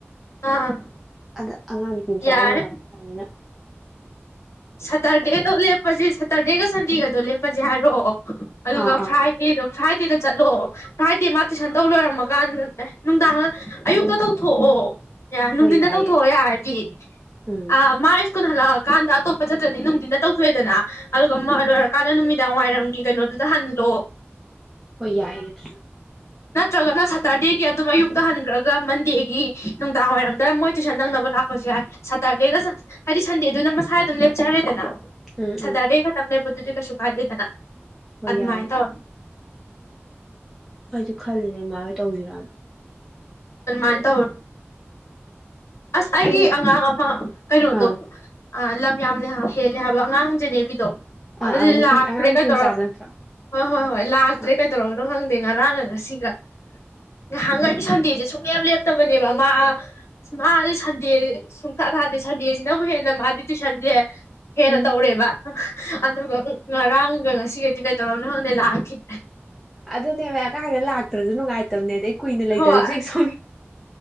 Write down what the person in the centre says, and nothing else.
ꯑꯗ ꯑꯉꯥꯡ ꯅꯨꯄꯤ ꯃꯆꯥꯗꯧ
ꯑꯃꫭꯛ ꯌꯥꯎꯁꯤꯜꯂꯝꯅꯤꯅ꯫
ꯑꯥ ꯑꯥ
ꯍꯣꯏ ꯌꯥꯏꯌꯦ
ꯎꯝ
ꯍꯣꯏ ꯌꯥꯏꯌꯦ ꯑꯗꯨꯁꯨ
ꯎꯝ
ꯎꯝ
ꯍꯣꯏ
ꯌꯥꯏꯌꯦ
ꯑꯩꯁꯨ ꯈꯜꯂꯤꯅꯦ ꯏꯃꯥ ꯍꯣꯏ ꯇꯧꯁꯤꯔꯣꯅ
ꯑꯩꯁꯦ
ꯑꯥ
ꯑꯥ
ꯑꯥ ꯅꯨꯄꯤ
ꯑꯉꯥꯡ ꯅꯨꯄꯤ
ꯃꯆꯥꯗꯣ ꯅꯠꯇ꯭ꯔꯣ
ꯑꯥ
ꯎꯝ
ꯑꯗꯨꯅꯦꯕ ꯑꯉꯥꯡꯗ ꯂꯥꯛꯇ꯭ꯔꯁꯨ ꯅꯨꯡꯉꯥꯏꯇꯕꯅꯦ ꯑꯗꯩ ꯀꯨꯏꯅ ꯂꯩꯇꯔꯁꯦ
ꯁꯣꯝ